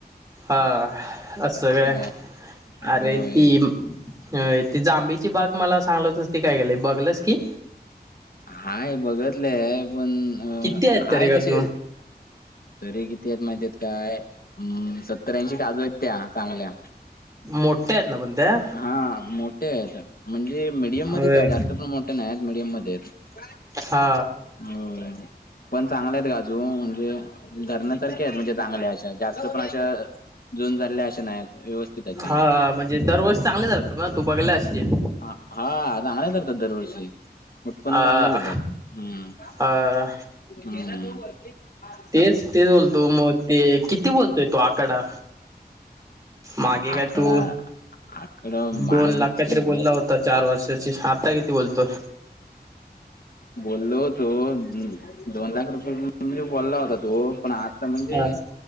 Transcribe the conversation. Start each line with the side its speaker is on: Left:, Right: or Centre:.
Right: हा असं काय
Left: अ
Right: अरे
Left: होय
Right: ती अ ती जांबीची बाग मला सांगल तर त काय केले बघलस की
Left: हाय बघतलंय पण
Right: किती आहेत
Left: हाय
Right: तरी अजून
Left: तसे तरी किती आहेत माहितीेत काय अम सत्तर्याऐंशी काजू आहेत त्या चांगल्या
Right: मोठ्या आहेत ना पण त्या
Left: हा मोठे आहेत म्हणजे मीडियम
Right: होय
Left: मध्येच आहे जास्त पण मोठे नाही आहेत मीडियम मध्ये आहेत
Right: हा
Left: हो पण चांगले आहेत काजू म्हणजे धरणं तरारखे आहेत म्हणजे चांगल्या अशा जास्त पण अशा जुून झाल्या अशा नाहीत व्यवस्थित आहेत चांगल्या
Right: हा म्हणजे दरवर्ष चांगले जात ना तू बघला असशील
Left: ह हा आता आ तरत दरवर्षी उत्पन्न
Right: अ
Left: चांगलंच येतात हम्म
Right: अ
Left: हम्
Right: तेच तेच बोलतो मग ते किती बोलतोय? तो आकडा मागे
Left: आकडा
Right: काय तू
Left: आकडा माळविच
Right: दोन लाख काहीतरी बोलला होता चार वर्षाची आता किती बोलतोय?
Left: बोलो होतो दोन लाख रुपये म्हणजे बोलला होता तो पण आता म्हणजे
Right: हा